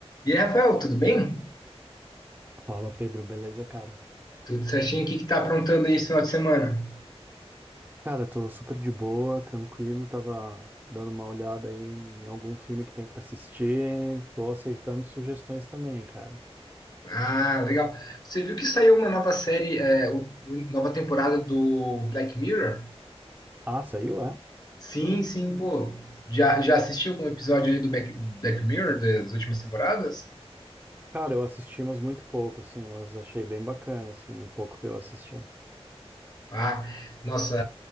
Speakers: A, on the left (about 40°); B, on the right (about 15°).
A: E aí, Rafael, tudo bem?
B: Fala, Pedro, beleza, cara?
A: Tudo certinho? O que que tá aprontando aí esse final de semana?
B: Cara, tô super de boa, tranquilo, tava dando uma olhada aí em algum filme que tem pra assistir, tô aceitando sugestões também, cara.
A: Ah, legal. Você viu que saiu uma nova série, é, o- o- nova temporada do Black Mirror?
B: Ah, saiu, é?
A: Sim, sim, pô. Já, já assistiu algum episódio aí do Black, Black Mirror das últimas temporadas?
B: Cara, eu assisti, mas muito pouco, assim, mas achei bem bacana, assim, o pouco que eu assisti.
A: Ah, nossa,